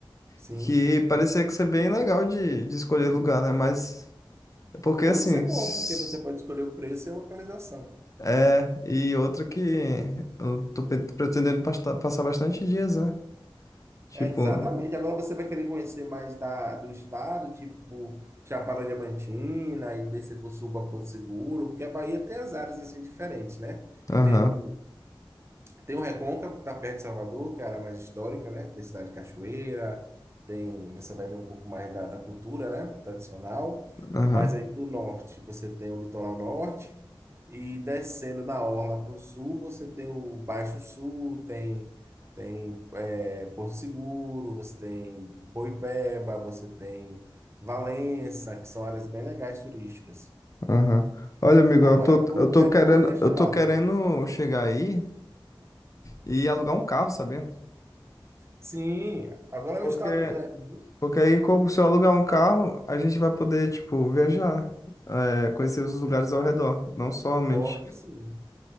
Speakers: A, on the right; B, on the left.
A: Sim,
B: que parecia que ser bem legal de, de escolher lugar, né? Mas, porque
A: pode
B: assim,
A: ser
B: s-
A: bom, porque você pode escolher o preço e a localização.
B: é, e outra que eu tô pe- pretendendo pasta- passar bastante dias, né? Tipo,
A: É, exatamente. Agora você vai querer conhecer mais da, do estado, tipo por Chapada Diamantina e descer para o sul para Porto Seguro, porque a Bahia tem as áreas assim diferentes, né?
B: aham,
A: Tem um tem o Recôncavo, que tá perto de Salvador, que é a área mais histórica, né? Tem Cidade de Cachoeira, tem, você vai ver um pouco mais da, da cultura, né? Tradicional.
B: aham.
A: Mas aí para o norte, você tem o litoral norte, e descendo na orla para o sul, você tem o Baixo Sul, tem, tem é, Porto Seguro, você tem Boipeba, você tem Valença, que são áreas bem legais turísticas.
B: Aham. Olha, amigo, eu
A: Agora,
B: tô,
A: para o
B: eu
A: interior,
B: tô querendo,
A: tem a Chapada.
B: eu tô querendo chegar aí e alugar um carro, sabia?
A: Sim, agora
B: Porque,
A: é um estado grande, viu?
B: porque aí, com- se eu alugar um carro, a gente vai poder, tipo, viajar, né? É, conhecer os lugares ao redor, não somente.
A: Pode sim,